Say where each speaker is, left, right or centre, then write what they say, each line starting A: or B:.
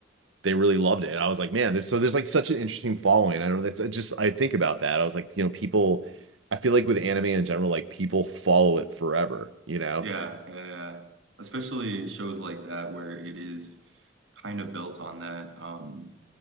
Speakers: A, on the right (about 85°); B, on the right (about 75°).
A: they really loved it and i was like man there's so there's like such an interesting following i don't know that's I just i think about that i was like you know people i feel like with anime in general like people follow it forever you know
B: Yeah, yeah, yeah. Especially shows like that where it is kind of built on that. Um,